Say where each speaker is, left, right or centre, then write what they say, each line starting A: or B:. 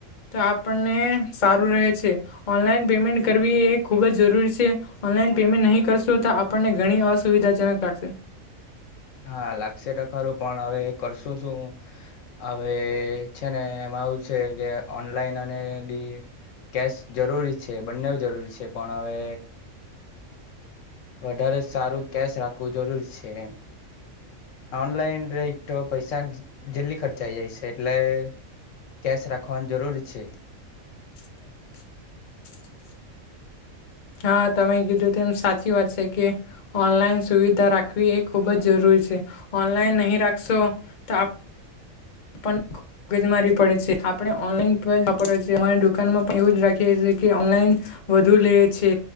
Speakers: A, on the left; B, on the left.
A: તો આપણને સારું રહે છે ઓનલાઈન પેમેન્ટ કરવી એ ખુબ જ જરૂરી છે. ઓનલાન પેમેન્ટ નહીં કરશું તો આપણને ઘણી અસુવિધાજનક લાગશે.
B: હા લાગશે ટકારું પણ હવે કરશો શું હવે છે ને <unintelligible> છે કે ઓનલાઈન અને એ બી કેશ જરૂરી છે બંને જરૂરી છે પણ હવે વધારે સારું કેશ રાખવું જરૂર છે એમ ઓનલાઈન રેય તો પૈસા જલ્દી ખર્ચાઈ જાય છે, એટલે કેશ રાખવાનું જરૂરી છે.
A: <inaudible> હા તમે કીધું તો એમ સાચી વાત છે, કે ઓનલાઈન સુવિધા રાખવી એ ખુબ જ જરૂ ર છે ઓનલાઈન નહી રાખશો તો આપ પન. મગજ મારી પડે છે આપણે ઓનલાઈન વાપરવાએ છીએ અમારી દુકાનમાં પણ એવું જ રાખીએ છીએ કે ઓનલાઈન વધુ લે છે,